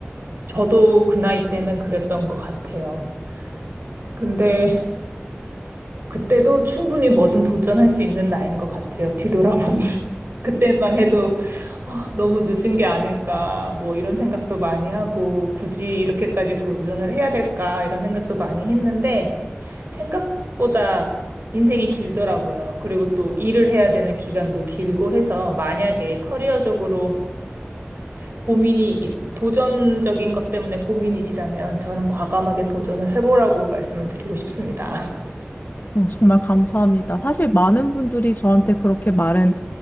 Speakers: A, on the right; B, on the left.
A: 저도 그 나이 때는 그랬던 것 같아요. 근데 그때도 충분히 뭐든 도전할 수 있는 나이인 것 같아요. 뒤돌아보니. <laughs> 그때만 해도 아, 너무 늦은 게 아닐까, 뭐 이런 생각도 많이 하고, 굳이 이렇게까지 도전을 해야 될까, 이런 생각도 많이 했는데, 생각보다 인생이 길더라고요. 그리고 또 일을 해야 되는 기간도 길고 해서, 만약에 커리어적으로 고민이, 이- 도전적인 것 때문에 고민이시라면, 저는 과감하게 도전을 해보라고 말씀을 드리고 싶습니다.
B: 어, 정말 감사합니다. 사실 많은 분들이 저한테 그렇게 말은